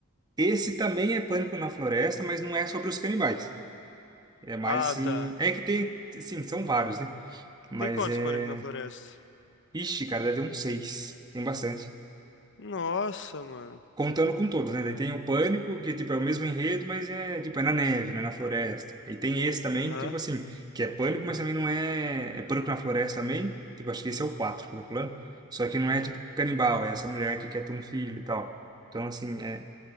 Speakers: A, on the right; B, on the left.
A: Esse também é Pânico na Floresta, mas não é sobre os canibais. É mais
B: Ah,
A: assim.
B: tá.
A: É que tem. Sim, são vários, né? Mas
B: Tem quantos
A: é.
B: pânico na floresta?
A: Ixi, cara, deve ter uns seis. Tem bastante.
B: Nossa, mano.
A: Contando com todos, né? Daí tem o Pânico, que tipo, é o mesmo enredo, mas é tipo, é na neve, né? Na floresta. Aí tem esse também,
B: Aham,
A: tipo assim, que é Pânico, mas também não é. É Pânico na floresta também. Tipo, acho que esse é o 4 que eu tô falando. Só que não é tipo canibal, é essa mulher que quer ter um filho e tal. Então, assim, é,